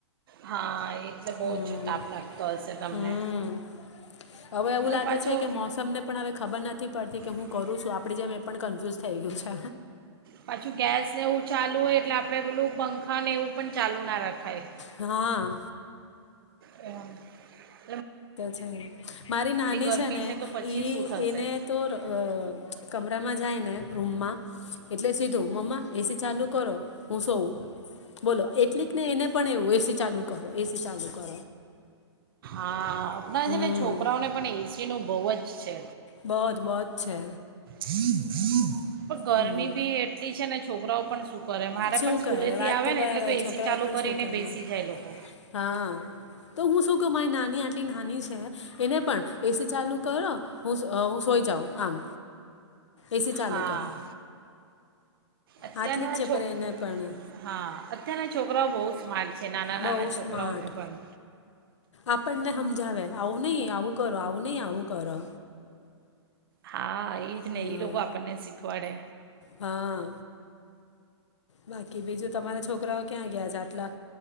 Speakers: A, on the right; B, on the left.
A: હા એ... એટલે બહુ
B: હમ
A: જ તાપ લાગતો હશે તમને
B: હમ હવે એવું
A: અને
B: લાગે
A: પાછો
B: છે કે મોસમને પણ હવે ખબર નથી પડતી કે હું
A: <unintelligible>
B: કરું છું આપડી જેમ એ પણ કન્ફ્યુઝ થઈ ગયું છે
A: પાછું ગેસને એવું ચાલુ હોય એટલે આપણે પેલું પંખાને એવું પણ ચાલુ ના રખાય
B: હા
A: એમમ <unintelligible>
B: ્છા મારી નાની
A: ગરમી
B: છે ને
A: તો પછી
B: ઈ
A: શું થશે
B: એને તો અ કમરામાં જાય ને રૂમમાં એટલે સીધું મમ્મા એસી ચાલુ કરો હું સો બોલો એટલીક ને એને પણ એવું એસી ચાલુ કરો એસી ચાલુ કરો
A: હા આપણા
B: હમ
A: છે ને છોકરાઓને પણ એસી નું બહુ જ પચ્ છે
B: બહ જ બહત છે.
A: હમ હમ પણ ગરમી
B: હમ
A: બી એટલી છે ને, છોકરાઓ પણ શ સુખ કરે મારે
B: શું
A: પણ સ્કૂલેથી
B: કરે વાત
A: આવે ને
B: બરાબર
A: એટલે, તો એસી
B: છોકરાઓ
A: ચાલુ
B: પણ
A: કરીને
B: શું કરે
A: બેસી જાય, લોકો
B: હા તો, હું શું ક મારી નાની આટલી નાની છે. એને પણ એસી ચાલુ કરો હું, સોઈ જાઉં આમ એસી ચાલુ
A: હા
B: કરો
A: અત્યારના
B: આટલી જ છે
A: છોક
B: પણ એને પણ
A: હા, અત્યારના છોક ઓરા બહુ માર છે નાના
B: બહુ
A: નાના છોકરાઓને
B: સ્માર્ટ
A: પણ
B: આપણને સમજાવે આવું નહી, આવું કરો આવું નહી, આવું કરો
A: હા એ, જ ને
B: હા
A: એ લોકો આપણને શીખવાડે
B: હા બાકી બીજું તમારા છોકરાઓ ક્યાં ગયા છે આટલા